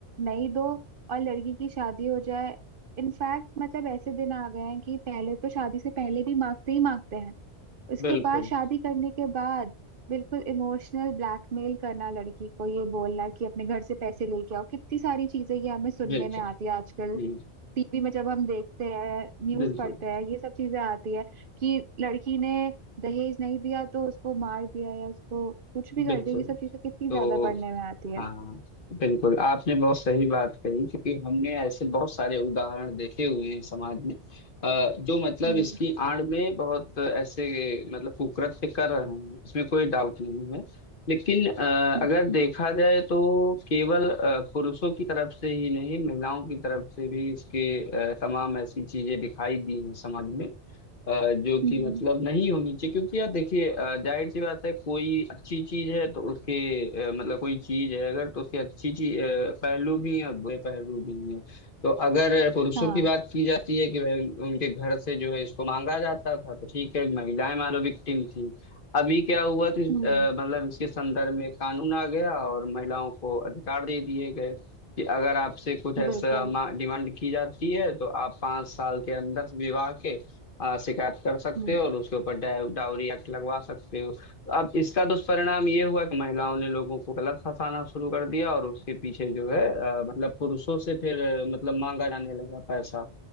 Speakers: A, on the right; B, on the left.
A: नहीं दो और लड़की की शादी हो जाए इनफैक्ट मतलब ऐसे दिन आ गए हैं कि पहले तो शादी से पहले भी मांगते ही मांगते हैं उसके
B: बिल्कुल
A: बाद शादी करने के बाद बिल्कुल इमोशनल ब्लैकमेल करना लड़की को ये बोलना कि अपने घर से पैसे लेके आओ कितनी सारी चीजें ये हमें सुनने
B: बिल्कुल
A: में आती है आजकल
B: जी,
A: टीवी में जब हम देखते हैं न्यूज
B: बिल्कुल
A: पढ़ते हैं ये सब चीजें आती है कि लड़की ने दहेज नहीं दिया तो उसको मार दिया या उसको कुछ भी कर
B: बिल्कुल
A: दिया ये सब चीजें कितनी
B: तो
A: ज्यादा पढ़ने में आती है
B: हाँ बिल्कुल आपने बहुत सही बात कही क्योंकि हमने ऐसे बहुत सारे उदाहरण देखे हुए हैं समाज में अ, जो मतलब
A: हम्म
B: इसकी आड़ में बहुत ऐसे मतलब कुकृत्य कर रहे हैं इसमें कोई डाउट नहीं है लेकिन अ,
A: हम्म
B: अगर देखा जाए तो केवल अ, पुरुषों की तरफ से ही नहीं महिलाओं की तरफ से भी इसके अ, तमाम ऐसी चीजें दिखाई दी हैं समाज में अ, जो
A: हम्म
B: कि मतलब नहीं होनी चाहिए क्योंकि यार देखिए अ, जाहिर सी बात है कोई अच्छी चीज है तो उसके अ, मतलब कोई चीज है अगर तो उसके अच्छी चीज पहलू भी हैं और बुरे पहलू भी हैं तो अगर पुरुषों
A: हाँ
B: की बात की जाती है कि भाई उनके घर से जो है इसको मांगा जाता था तो ठीक है महिलाएं मानो विक्टिम थी अभी क्या हुआ कि
A: हम्म
B: अ, मतलब इसके संदर्भ में कानून आ गया और महिलाओं को अधिकार दे दिए गए कि अगर आपसे कुछ ऐसा
A: बिल्कुल
B: डिमांड की जाती है तो आप पांच साल के अंदर विवाह के आ, शिकायत कर सकते
A: हम्म
B: हो और उसके ऊपर डा- डाउरी एक्ट लगवा सकते हो तो अब इसका दुष्परिणाम ये हुआ कि महिलाओं ने लोगों को गलत फंसाना शुरू कर दिया और उसके पीछे जो है आ, मतलब पुरुषों से फिर आ, मतलब मांगा जाने लगा पैसा